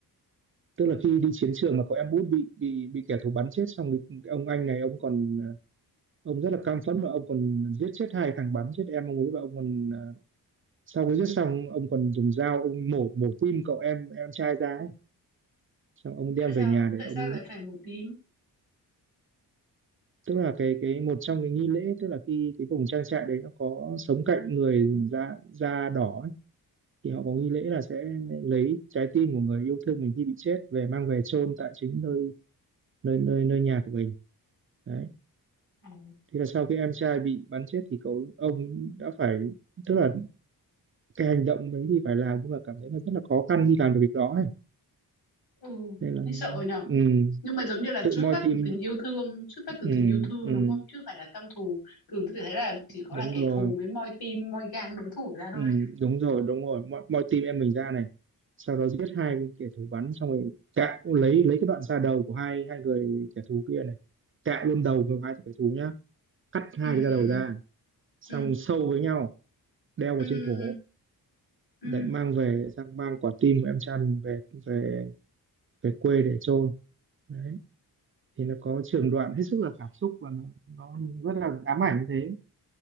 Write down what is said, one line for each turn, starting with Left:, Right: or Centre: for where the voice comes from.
Right: tức là khi đi chiến trường mà có em út bị bị bị kẻ thù bắn chết xong thì ông anh này ông còn ông rất là cam phẫn và ông còn giết chết hai thằng bắn chết em ông ấy và ông còn à, sau khi giết xong ông còn dùng dao ông mổ mổ tim cậu em em trai ra ấy. xong ông
Left: tại
Right: đem
Left: sao
Right: về nhà để
Left: tại sao
Right: ông
Left: lại phải màu tím
Right: tức là cái cái một trong cái nghi lễ tức là khi cái vùng trang trại đấy nó có sống cạnh người da da đỏ thì họ có nghi lễ là sẽ lấy trái tim của người yêu thương mình khi bị chết về mang về chôn tại chính nơi nơi nơi nơi nhà của mình đấy
Left: Ồ.
Right: thế là sau khi em trai bị bắn chết thì cậu ông đã phải tức là cái hành động đấy thì phải làm nhưng mà cảm thấy là rất là khó khăn khi làm được việc đó ấy.
Left: ừ
Right: nên là
Left: nghe sợ nhở
Right: ừ,
Left: nhưng mà giống như là
Right: tự
Left: xuất
Right: moi
Left: phát
Right: tim
Left: từ tình yêu thương xuất phát từ
Right: ừ,
Left: tình yêu thương
Right: ừ,
Left: đúng không chứ không phải là căm thù thường tôi thấy là chỉ có
Right: đúng
Left: là kẻ
Right: rồi
Left: thù mới moi tim moi gan đối thủ ra thôi
Right: Ừ, đúng rồi đúng rồi mọi, mọi team em mình ra này sau đó giết hai kẻ thù bắn xong rồi cạo lấy lấy cái đoạn da đầu của hai hai người kẻ thù kia này cạo luôn đầu của hai kẻ thù nhá cắt hai
Left: ừ
Right: cái da
Left: ừ
Right: đầu ra xong
Left: ừ
Right: sâu với nhau đeo
Left: ừ
Right: vào trên cổ
Left: ừ ừ
Right: để mang về sang mang quả tim của em Trăn về về về quê để chôn đấy thì nó có trường đoạn hết sức là cảm xúc và nó, nó rất là ám ảnh thế